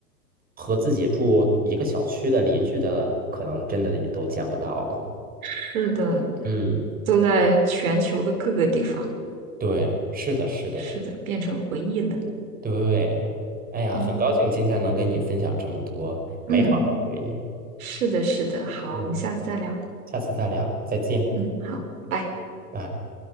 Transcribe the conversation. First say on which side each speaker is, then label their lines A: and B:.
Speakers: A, on the right (about 20°); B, on the right (about 60°).
A: 和自己住一个小区的邻居的，可能真的也都见不到了。
B: 是的，
A: 嗯，
B: 都在全球的各个地方。
A: 对，是的，是的，
B: 是的，变成回忆了。
A: 对，哎呀，
B: 嗯
A: 很高兴今天能跟你分享这么多美好的回忆。
B: 嗯，是的，是的。好，
A: 嗯。
B: 我们下次再聊。
A: 下次再聊，再见，
B: 嗯，好，拜拜。
A: 拜。